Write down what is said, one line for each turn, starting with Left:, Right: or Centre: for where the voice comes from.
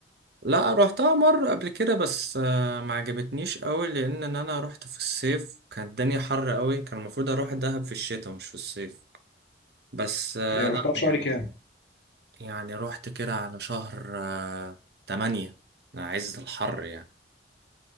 Right: لا روحتها مرة قبل كده بس آه، ما عجبتنيش قوي لان إن انا روحت في الصيف كانت الدنيا حر قوي كان المفروض اروح دهب في الشتاء مش في الصيف بس آه،
Left: آه، رحتها
Right: لا
Left: في
Right: يعني
Left: شهر كام
Right: يعني روحت كده على شهر آه، تمانية عز الحر يعني